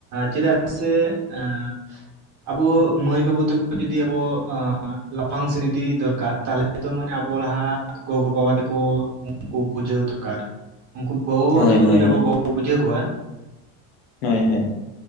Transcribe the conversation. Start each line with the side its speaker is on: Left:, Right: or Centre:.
Right: ᱪᱮᱫᱟᱜ ᱥᱮ ᱮᱸ, ᱟᱵᱚ ᱢᱟᱹᱭ ᱵᱟᱹᱵᱩ <inaudible> ᱡᱩᱫᱤ ᱟᱵᱚ ᱟᱸ ᱞᱟᱯᱷᱟᱝ ᱥᱮᱜ ᱤᱫᱤ ᱫᱚᱨᱠᱟᱨ ᱛᱟᱦᱞᱮ, ᱫᱚ ᱢᱟᱱᱮ ᱟᱵᱚ ᱞᱟᱦᱟ ᱜᱚᱜᱚ ᱵᱟᱵᱟ ᱛᱟᱠᱚ ᱩᱱᱠᱩ ᱵᱩᱡᱷᱟᱹᱣ ᱫᱚᱨᱠᱟᱨ ᱩᱱᱠᱩ, ᱜᱚᱜᱚ ᱵᱟᱵᱟ
Left: ᱦᱳᱭ
Right: ᱛᱟᱹᱠᱚ
Left: ᱦᱳᱭ
Right: ᱡᱩᱫᱤ ᱟᱵᱚ
Left: ᱦᱳᱭ
Right: <inaudible> ᱵᱩᱡᱷᱟᱹᱣ ᱠᱚᱣᱟ᱾
Left: ᱦᱮᱸ ᱦᱮᱸ,